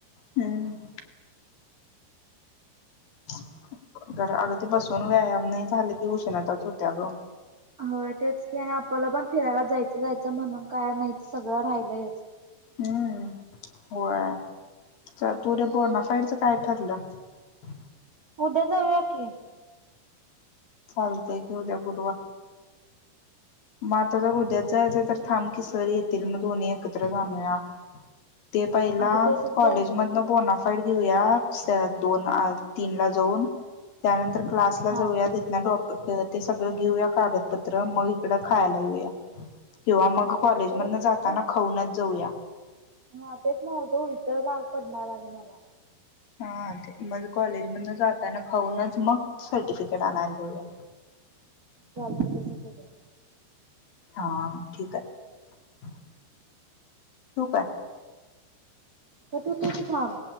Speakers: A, on the left; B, on the right.
A: <inaudible> हम <inaudible> <inaudible> घर अगदी बसून व्यायाम नाही झाले की उष्णताच होत्या अग <inaudible>
B: हो तेच की आणि आपल्याला पण फिरायला जायचं जायचं म्हणून काय नाही सगळं राहिलंयच,
A: हम्म <inaudible> होय, <inaudible> च तुरे बोनासाईडचं काय ठरलं, <inaudible>
B: <inaudible> उद्या जाऊया की, <inaudible>
A: चालते की उद्या गुरुवार <inaudible> माता जर उद्यात जायचं तर थांम कि सर येथील म दधोन्ही एकत्र जाणूया, <inaudible> ते पहिला
B: अगं तेच
A: कॉलेज
B: ते
A: मधन बोणा घेऊया दोन-तीन ला जाऊन त्यानंतर. क्लासला
B: हा
A: जाऊया तिथंन डॉ ते सगळं घेऊया कागदपत्र मग. तिकड खायला येऊया. किंवा मग कॉलेज
B: परत
A: मधन जाताना
B: उल
A: खाऊनच जाऊया.
B: हा तेच म्हणालतो उलट लांब पडणार आहे मला.
A: हा ते मग. कॉलेज मधन जाताना खाऊनच मग सर्टिफिकेट आणायला जाऊया.
B: चालतय तसं करूया.
A: हा ठीक आहे. ठेवू काय.
B: कट होतोय की थांब.